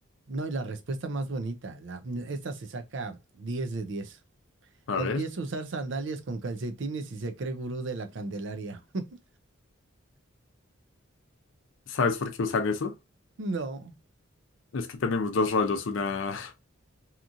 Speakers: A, on the right; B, on the left.
A: No, y la respuesta más bonita. La, esta se saca 10 de 10.
B: A
A: Empieza
B: ver,
A: a usar sandalias con calcetines y se cree gurú de la Candelaria. <laughs>
B: ¿sabes por qué usan eso?
A: No,
B: Es que tenemos los rolos, una... <laughs>